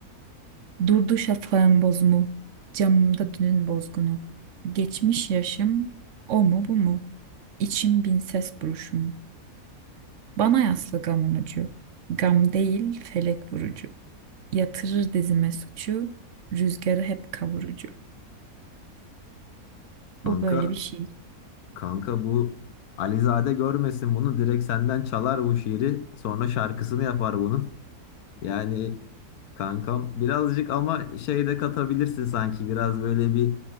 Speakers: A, on the right; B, on the left.
A: Durdu şafağın bozumu, camımda dünün bozgunu. Geçmiş yaşım, o mu bu mu? İçim bin ses buruşumu. Bana yaslı gamın ucu. Gam değil felek vurucu. Yatırır dizime suçu. Rüzgarı hep kavurucu.
B: Kanka
A: Bu böyle bir şiir.
B: kanka bu Alizade görmesin bunu direkt senden çalar bu şiiri sonra şarkısını yapar bunun. Yani kankam birazcık ama şey de katabilirsin sanki biraz böyle bir